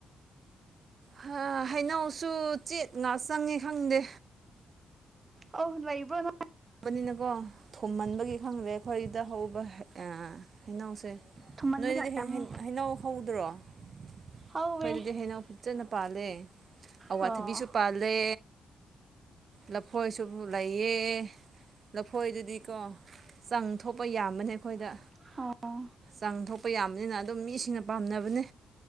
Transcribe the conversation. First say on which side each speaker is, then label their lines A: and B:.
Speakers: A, on the right (about 50°); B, on the right (about 30°).
A: ꯍꯥ ꯍꯩꯅꯧꯁꯨ ꯆꯦꯠꯅ ꯆꯪꯏ ꯈꯪꯗꯦ
B: ꯑꯧ ꯂꯏꯕ꯭ꯔꯣ ꯅ
A: ꯕꯅꯤꯅꯀꯣ ꯊꯨꯝꯃꯟꯕꯒꯤ ꯈꯪꯗꯦ ꯑꯩꯈꯣꯏꯗ ꯍꯧꯕ ꯍꯩꯅꯧꯁꯦ
B: ꯊꯨꯝꯃꯟꯕꯒꯤ
A: ꯅꯣꯏꯗꯨꯗꯤ
B: ꯑꯣꯏꯔꯝꯅꯤ
A: ꯍꯩ ꯍꯩꯅꯧ ꯍꯧꯗ꯭ꯔꯣ ꯑꯩꯈꯣꯏꯗꯨꯗꯤ
B: ꯍꯧꯋꯦ
A: ꯍꯩꯅꯧ ꯐꯖꯅ ꯄꯥꯜꯂꯦ ꯑꯋꯥꯊꯕꯤꯁꯨ
B: ꯑꯣ
A: ꯄꯥꯜ ꯂꯦ ꯂꯐꯣꯏꯁꯨ ꯂꯩꯌꯦ ꯂꯐꯣꯏꯗꯨꯗꯤꯀꯣ ꯆꯪ ꯊꯣꯛꯄ ꯌꯥꯝꯕꯅꯦ ꯑꯩꯈꯣꯏꯗ
B: ꯍꯥ ꯑꯣ
A: ꯆꯥꯡ ꯊꯣꯛꯄ ꯌꯥꯝꯕꯅꯤꯅ ꯑꯗꯨꯝ ꯃꯤꯁꯤꯡꯅ ꯄꯥꯝꯅꯕꯅꯤ